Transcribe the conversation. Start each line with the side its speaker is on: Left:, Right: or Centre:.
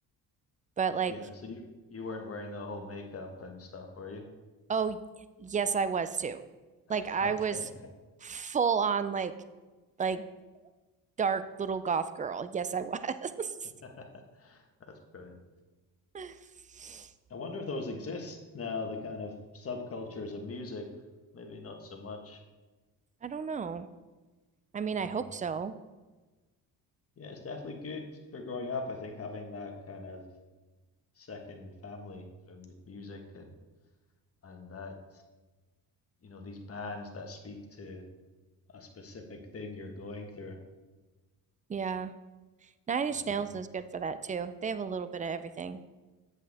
Right: But like,
Left: Yeah, so you you weren't wearing the whole makeup and stuff, were you?
Right: oh, y- yes, I was too.
Left: <laughs>
Right: Like I
Left: Okay.
Right: was full on like like dark little goth girl. Yes, I was.
Left: <laughs> That's brilliant.
Right: <laughs>
Left: I wonder if those exist now, the kind of subcultures of music. Maybe not so much.
Right: I don't know. I mean, I
Left: Yeah.
Right: hope so.
Left: Yeah, it's definitely good for growing up, I think, having that kind of second family with music and and that, you know, these bands that speak to a specific thing you're going through.
Right: Yeah. Nine Inch
Left: Definitely.
Right: Nails is good for that too. They have a little bit of everything.